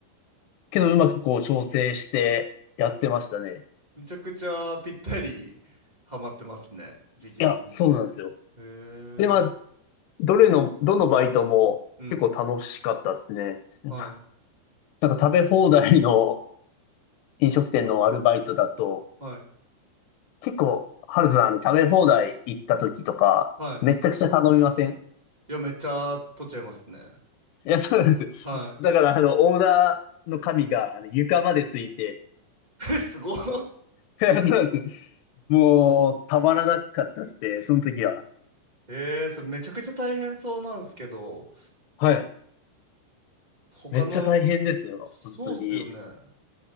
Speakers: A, on the left; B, on the right.
A: けど、うまくこう調整してやってましたね。
B: めちゃくちゃぴったりハマってますね。時期的には。
A: いや、そうなんですよ。
B: へえ。
A: で、まあ、どれの、どのバイトも結構楽しかったですね。
B: うん。
A: <laughs> な
B: はい。
A: んか食べ放題の飲食店のアルバイトだと、
B: はい。
A: 結構、ハルさん、あの、食べ放題行った時とか、
B: はい。
A: めちゃくちゃ頼みません
B: いや、めっちゃ取っちゃいますね。
A: いや、そうなんですよ。
B: は
A: だから、あの、オーダーの紙が、あの、床までついて、
B: い。<laughs> え、すごい。<laughs>
A: <laughs> いや、そうなんですよ。もう、たまらなかったっすね、その時は。
B: ええ、それめちゃくちゃ大変そうなんですけど、
A: はい。めっちゃ大変ですよ、
B: 他の、そうっすよね。
A: 本当に。
B: は